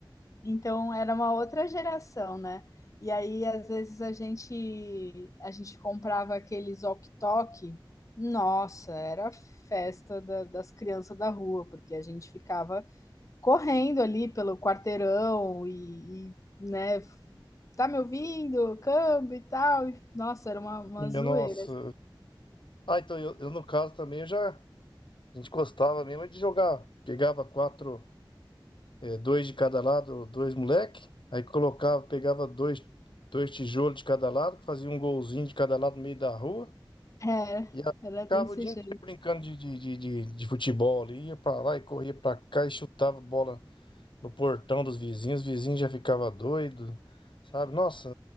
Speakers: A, on the left (about 35°); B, on the left (about 65°).
A: então era uma outra geração, né. E aí às vezes a gente a gente comprava aqueles walkie-talkie, nossa, era a festa da das crianças da rua, porque a gente ficava correndo ali pelo quarteirão e e, né, "Tá me ouvindo? Câmbio e tal", e nossa, era uma uma
B: E,
A: zoeira.
B: eu, nossa. Ah, então eu, eu, no caso também eu já. A gente gostava mesmo é de jogar. Pegava quatro, eh, dois de cada lado, dois moleque. Aí colocava, pegava dois, dois tijolos de cada lado, fazia um golzinho de cada lado no meio da rua.
A: É,
B: E aí
A: era
B: ficava
A: desse
B: o dia
A: jeito.
B: inteiro brincando de, de, de, de, de futebol ali. Ia pra lá e corria pra cá e chutava bola no portão dos vizinhos. Os vizinhos já ficava doido, sabe? Nossa,